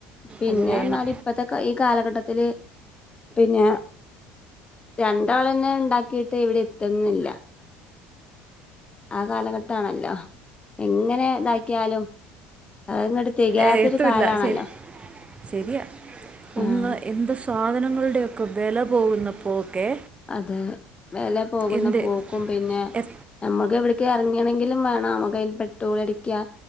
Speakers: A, on the left; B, on the right.
A: പിന്നെറഞ്ഞാൽ
B: അത് വേണം
A: ഇപ്പത്തെ ഈ കാലഘട്ടത്തില് പിന്നെ രണ്ടോളന്നെ ഉണ്ടാക്കിയിട്ട് എവിടെ എത്തുന്നില്ല ആഹ് കാലഘട്ടാണല്ലോ എങ്ങനെ ഇതാക്കിയാലും അതങ്ങട്ട് തികയാത്തൊരു
B: എത്തില്ല
A: കാലാണല്ലോ
B: ശരി ശരിയാ ഒന്ന്
A: ആഹ്
B: എന്ത് സാധനങ്ങളുടെയൊക്കെ വില പോകുന്നപ്പോക്കെ
A: അതെ വില പോകുന്ന
B: എന്ത്
A: പോ പിന്നെ
B: എ
A: നമ്മുക്ക് എവിടക്കേ ഇറങ്ങിയണെങ്കിലും വേണം നമ്മുക്ക്തിന് പെട്രോൾ അടിക്കാ